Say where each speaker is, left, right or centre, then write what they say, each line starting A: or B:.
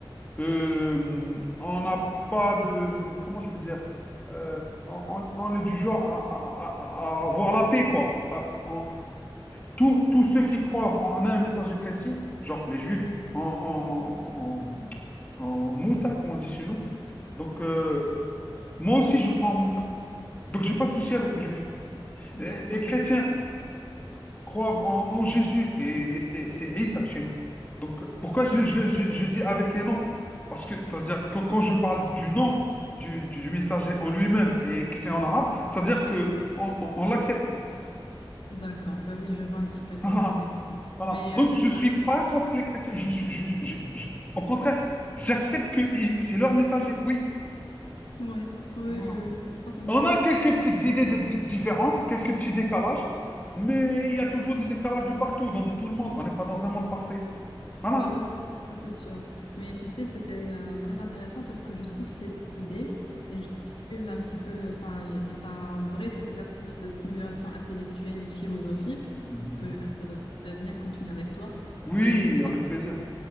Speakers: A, on the left (about 15°); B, on the left (about 85°).
A: euh, on n'a pas de... Comment je peux dire? Euh, on, on- on est du genre à, à- à- à avoir la paix, quoi. À- on- tous tous ceux qui croient en un messager précis, genre les Juifs en, en, en- en Moussa, comme on dit chez nous. Donc, euh, moi aussi, je crois en Moussa. Donc, j'ai pas de souci avec les Juifs.
B: d'accord.
A: Les, les chrétiens, croient en, en Jésus et c'est c'est Isa chez nous. Donc, pourquoi je, je, je, je dis avec les noms? Parce que ça veut dire, quand, quand je parle du nom du, du, du messager en lui-même et que c'est en arabe, ça veut dire que on, on- on l'accepte.
B: D'accord, ben oui, je vois un petit peu
A: Voilà,
B: ton idée.
A: voilà.
B: Mais
A: Donc,
B: euh,
A: je ne
B: ça-
A: suis pas contre les chrétiens. Je suis, je- je- je- au contraire, j'accepte que il- c'est leur messager. Oui.
B: ouais, ouais, ouais,
A: Voilà.
B: je, je comprends ton
A: On
B: idée.
A: a quelques petites idées de di- différence, quelques petits décalages, mais il y a toujours des décalages de partout, dans tout le monde. On n'est pas dans un monde parfait. Voilà.
B: ben oui, ça c'est sûr. Mais tu sais, c'était euh, très intéressant parce que je trouve cette idée, elle stimule un petit peu, enfin, y- c'est un vrai exercice de stimulation intellectuelle et philosophique
A: Mhm.
B: que je voudrais bien continuer avec toi,
A: Oui,
B: euh, mais ça sera
A: avec
B: pour
A: plaisir.